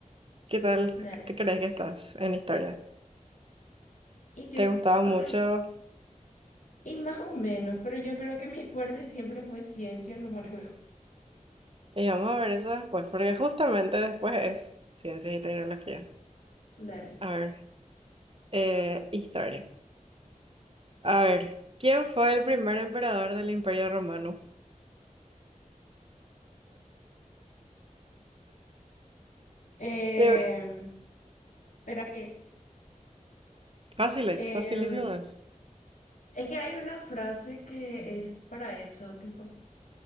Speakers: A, on the right; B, on the left.
A: ¿Qué tal
B: dale.
A: te crees que estás en historia?
B: Y yo,
A: Te gustaba
B: o
A: mucho.
B: sea, y más o menos, pero yo creo que mi fuerte siempre fue ciencia, no más luego.
A: Y vamos a ver eso después, porque justamente después es ciencias y tecnología.
B: Dale.
A: A ver, eh, historia. A ver, ¿quién fue el primer emperador del Imperio Romano?
B: Eh,
A: Te ve-
B: espera que.
A: Fáciles,
B: em,
A: facilísimas.
B: Es que hay una frase que es para eso, tipo,